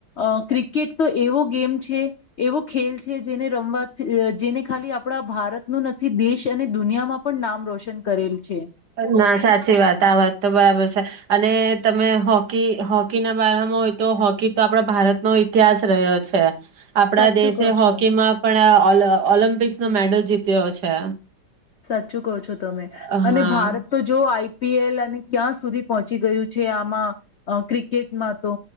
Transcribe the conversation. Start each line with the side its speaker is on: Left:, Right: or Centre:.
Left: અ ક્રિકેટ તો એવો ગેમ છે એવો ખેલ છે જેને રમવાથી જેને ખાલી આપણા ભારતનું નથી દેશ અને દુનિયામાં પણ નામ રોશન કરેલ છે.
Right: ના સાચી વાત આ વાત તો બરાબર છે. અને તમે હોકી હોકી ના બારામાં હોય તો હોકી તો આપણા ભારતનો ઇતિહાસ રહ્યો છે. આપણા
Left: સાચું
Right: દેશે
Left: કહો
Right: હોકી
Left: છો.
Right: માં પણ ઓ ઓલમ્પિક્સ નો મેડલ જીત્યો છે.
Left: સાચું કહો છો. તમે
Right: હા
Left: અને ભારત તો જો આઈપીએલ અને ક્યાં સુધી પહોંચી ગયું છે આમાં ક્ર ટમાં તો